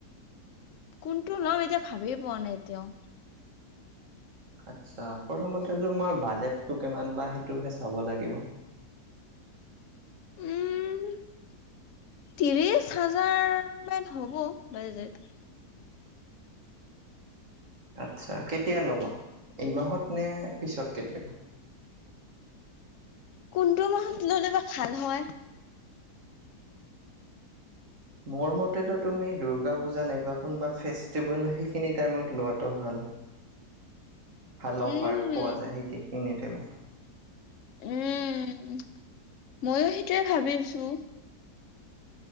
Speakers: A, on the left; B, on the right.
A: কোনটো লম এতিয়া ভাবিয়ে পোৱা নাই এতিয়াও
B: আচ্ছা প্ৰথমতে তোমাৰ বাজেতটো কিমান বা সেইটোহে চাব লাগিব
A: উম ত্ৰিশ হাজাৰ মান হ'ব বাজেট
B: আচ্ছা কেতিয়া ল'বা এইমাহত নে পিছত কেতিয়াবা
A: কোনটো মাহত ল'লে বা ভাল হয়
B: মোৰ মতেতো তুমি দুৰ্গা পূজা নাইব কোনোবা ফেষ্টিভেল, সেইখিনি টাইমত লোৱাটো ভাল। ভাল
A: উম
B: অফাৰ পোৱা যায়, সেই, সেইখিনিত। <unintelligible>
A: উম! ময়ো সেইটোৱে ভাবিছোঁ।